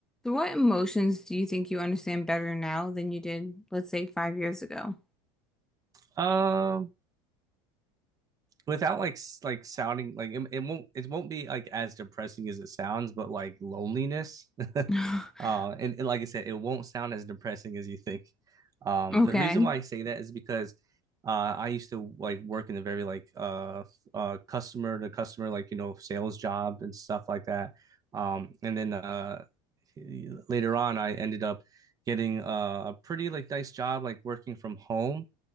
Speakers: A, in the centre; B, on the right.
A: So what emotions do you think you understand better now than you did, let's say, five years ago?
B: Um, without like s- like sounding like it, it won't it won't be like as depressing as it sounds, but like loneliness. <laughs>
A: <laughs>
B: Uh, and, and like I said, it won't sound as depressing as you think. Um,
A: Okay.
B: the reason why I say that is because uh, I used to like work in a very like uh, f- uh customer to customer like you know sales job and stuff like that. Um, and then uh later on, I ended up getting uh, a pretty like nice job like working from home